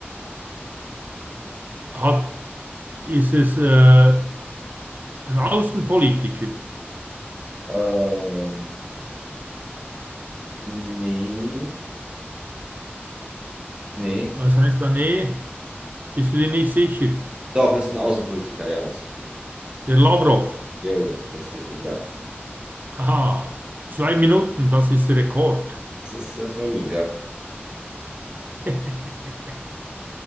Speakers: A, on the right; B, on the right.
A: Hat, ist es äh, ein Außenpolitiker?
B: Ähm, nee. Nee.
A: Was heißt da? Nee, bist du dir nicht sicher?
B: Doch, ist ein Außenpolitiker. Ja, ist richtig.
A: Der Lavrov.
B: Jo, das ist richtig. Ja.
A: Haha. Zwei Minuten, das ist Rekord.
B: Das ist, das war gut, ja.
A: <laughs>